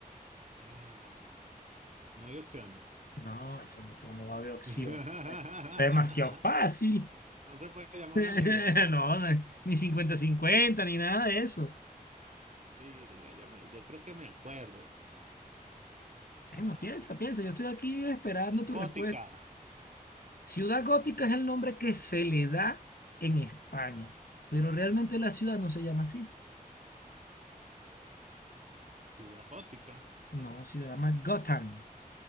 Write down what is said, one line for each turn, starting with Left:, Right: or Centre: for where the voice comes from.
Right: Verga. No hay opciones.
Left: No, eso no, pues, no va a haber opción.
Right: <laughs>
Left: Es demasiado fácil.
Right: No se puede llamar
Left: <laughs>
Right: a un amigo.
Left: No, ni cincuenta cincuenta ni nada de eso.
Right: Virga, yo, me- yo creo que me acuerdo. Ah,
Left: Bueno, piensa, piensa. Yo estoy aquí esperando tu
Right: Gótica.
Left: respuesta. Ciudad gótica es el nombre que se le da en España, pero realmente la ciudad no se llama así.
Right: Ciudad gótica.
Left: No, se llama Gotham.